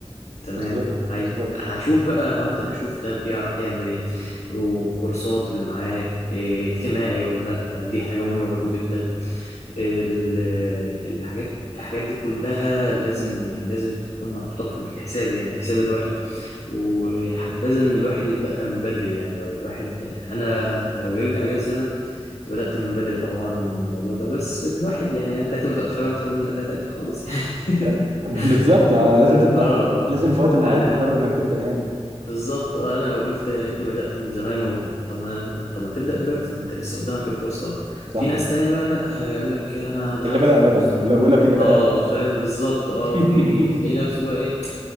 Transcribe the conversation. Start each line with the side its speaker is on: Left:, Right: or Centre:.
Left: تمام
Right: بالظبط
Left: عاي-
Right: بالظبط
Left: هشوف بقى هبدأ أشوف ده بيعرف يعمل إيه والكورسات اللي معاك إيه، اجتماعي ولا لأ دي حاجة مهمة برضو جدا ال- الحاجات الحاجات دي كلها لازم يعني لازم تكون محطوطة في الحساب يعني في حساب الواحد وحبذا إن الواحد يبدأها من بدري يعني لو الواحد أنا لو يرجع بيا الزمن كنت بدأت من بدري طبعا الموضوع ده بس الواحد يعني أن تأتي متأخرا خير من أن لا تأتي خالص يعني
Right: <laughs> آه،
Left: <laughs>
Right: بالظبط آه،
Left: ف-
Right: لازم تبدا
Left: آه
Right: لازم في وقت معين
Left: آه،
Right: تقرر انك تبدا يعني
Left: بالظبط آه، أنا لو قلت يا ريتني بدأت من زمان و... طب ما طب ما تبدأ دلوقتي ما أنت لسه قدامك الفرصة
Right: صح
Left: في ناس تانية بقى لأ هيقول لك أنا ضيعت
Right: اللي بدا
Left: الفرصة
Right: بدا اللي
Left: طب...
Right: بقول لك اللي
Left: آه
Right: بدا بدا
Left: فاهم بالظبط آه
Right: <laughs>
Left: وتلاقي نفسه بقى إيه